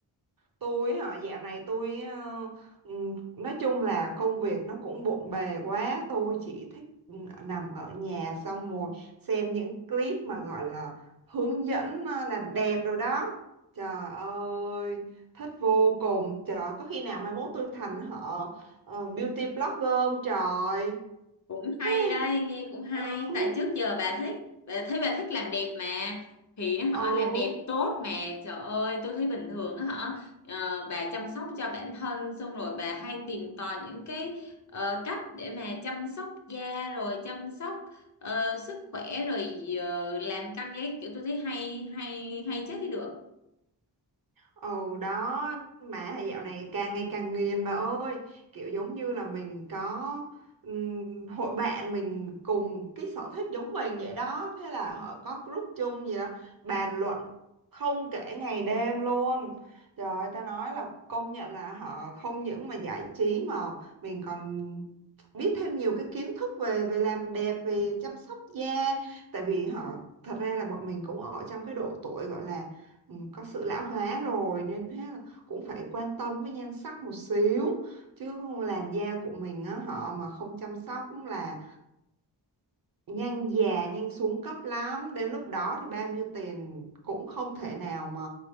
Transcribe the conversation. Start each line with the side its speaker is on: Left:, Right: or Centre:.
Right: Tôi hả, dạo này tôi ờ, ừm, nói chung là công việc nó cũng bộn bề quá, tôi chỉ thích ừm, nằm ở nhà xong rồi xem những clip mà gọi là hướng dẫn ờ, làm đẹp rồi đó. Trời ơi, thích vô cùng. Trời, có khi nào mai mốt tôi thành họ ờ, beauty blogger không trời.
Left: cũng hay
Right: Hey,
Left: đây nghe cũng hay
Right: Ừm.
Left: tại trước giờ bà thích bà thấy bà thích làm đẹp mà thì họ
Right: Ồ
Left: làm đẹp tốt mà trời ơi tôi thấy bình thường á hả ờ, bà chăm sóc cho bản thân xong rồi bà hay tìm tòi những cái ờ, cách để mà chăm sóc da rồi chăm sóc ờ, sức khỏe rồi ờ, làm căng giấy kiểu tôi thấy hay hay hay chết đi được
Right: Ồ đó mà thời dạo này càng ngày càng nghiền bà ơi kiểu giống như là mình có ừm, hội bạn mình cùng cái sở thích giống mình vậy đó thế là họ có group chung gì đó bàn luận không kể ngày đêm luôn trời ơi, ta nói là công nhận là họ không những mà giải trí mà mình còn biết thêm nhiều cái kiến thức về về làm đẹp về chăm sóc da tại vì họ thật ra là bọn mình cũng ở trong cái độ tuổi gọi là ừ, có sự lão hóa rồi nên thế là cũng phải quan tâm với nhan sắc một xíu chứ không làn da của mình á họ mà không chăm sóc là nhanh già nhanh xuống cấp lắm đến lúc đó thì bao nhiêu tiền cũng không thể nào mà